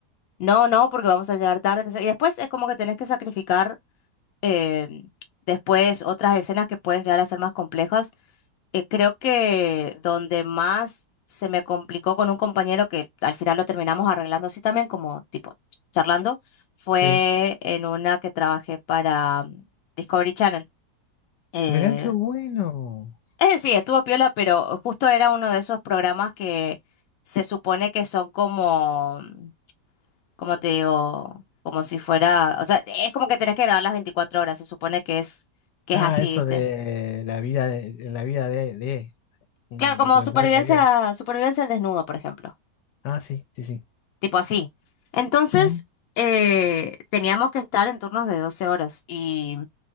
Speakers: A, on the left; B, on the left.
A: no, no, porque vamos a llegar tarde. que sé yo. Y después es como que tenés que sacrificar eh, después otras escenas que pueden llegar a ser más complejas. Eh, creo que donde más se me complicó con un compañero que al final lo terminamos arreglando así también, como tipo charlando, fue
B: sí.
A: en una que trabajé para mm, Discovery Channel. Eh,
B: Mirá qué bueno.
A: es decir, estuvo piola, pero justo era uno de esos programas que se supone que son como... mm, como te digo, como si fuera, o sea, es como que tenés que grabar las 24 horas, se supone que es, que
B: Ah,
A: es así,
B: eso
A: ¿viste?
B: de la vida de, de la vida de, de un
A: Claro, como
B: documental
A: supervivencia,
B: de la vida.
A: supervivencia al desnudo, por ejemplo,
B: Ah, sí, sí, sí.
A: tipo así. Entonces,
B: Ujú.
A: eh, teníamos que estar en turnos de 12 horas y